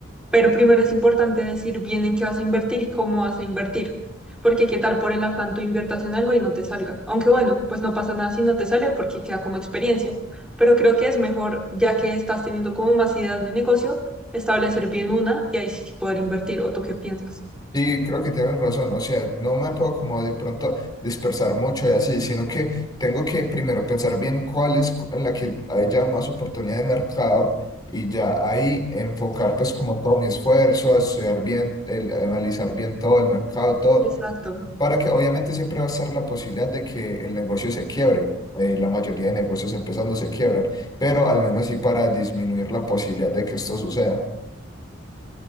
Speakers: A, in the centre; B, on the left (about 20°).
A: Pero primero es importante decir bien en qué vas a invertir y cómo vas a invertir. Porque qué tal por el afán tú inviertas en algo y no te salga. Aunque bueno, pues no pasa nada si no te sale porque queda como experiencia. Pero creo que es mejor, ya que estás teniendo como más ideas de negocio, establecer bien una y ahí sí poder invertir. ¿O tú qué piensas?
B: Sí, creo que tienes razón, o sea, no me puedo como de pronto dispersar mucho y así, sino que tengo que primero pensar bien cuál es cu- en la que hay ya más oportunidad de mercado y ya ahí enfocar pues como todo mi esfuerzo, estudiar bien, el- analizar bien todo el mercado, todo,
A: Exacto.
B: para que obviamente siempre va a estar la posibilidad de que el negocio se quiebre, eh, la mayoría de negocios empezando se quiebran, pero al menos sí para disminuir la posibilidad de que esto suceda.